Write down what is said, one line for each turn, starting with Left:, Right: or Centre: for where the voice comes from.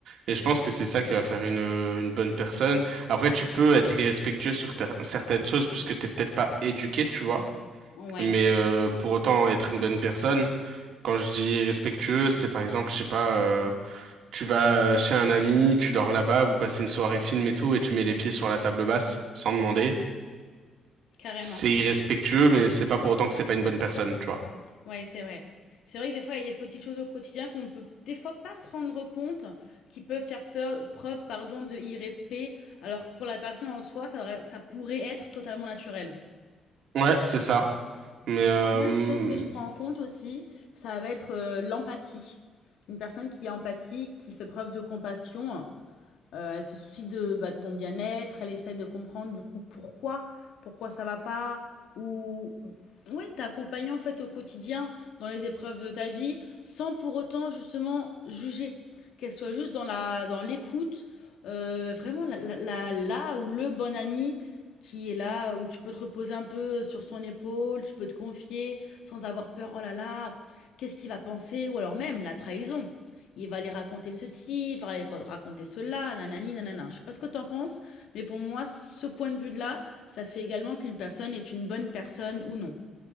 Right: et je pense que c'est ça qui va faire une une bonne personne. Après tu peux être irrespectueux sur ter- certaines choses puisque t'es peut-être pas éduqué, tu vois,
Left: Ouais,
Right: mais euh, pour autant être une bonne personne. Quand je dis irrespectueux, c'est par exemple, je sais pas, euh, tu vas chez un ami, tu dors là-bas, vous passez une soirée film et tout et tu mets les pieds sur la table basse sans demander
Left: carrément.
Right: c'est irrespectueux, mais c'est pas pour autant que c'est pas une bonne personne, tu vois.
Left: Ouais, c'est vrai. C'est vrai que des fois, il y a des petites choses au quotidien qu'on peut, des fois, pas se rendre compte, qui peuvent faire peur preuve, pardon, de irrespect, alors que pour la personne en soi, ça aurait ça pourrait être totalement naturel.
Right: Ouais, c'est ça. Mais euh,
Left: Moi, une chose que je prends en compte aussi, ça va être, heu, l'empathie. Une personne qui est empathique, qui fait preuve de compassion Heu, elle se soucie de, bah, de ton bien-être, elle essaie de comprendre du coup pourquoi, pourquoi ça va pas ou ouais, t'accompagner en fait au quotidien dans les épreuves de ta vie sans pour autant justement juger. Qu'elle soit juste dans la dans l'écoute, heu, vraiment la la la la ou le bon ami qui est là, où tu peux te reposer un peu sur son épaule, tu peux te confier sans avoir peur: «Oh là là, qu'est-ce qu'il va penser?» ou alors même la trahison. Il va aller raconter ceci, il va aller raconter cela, nanani, nanana. Je ne sais pas ce que t'en penses, mais pour moi, ce point de vue-là, ça fait également qu'une personne est une bonne personne ou non.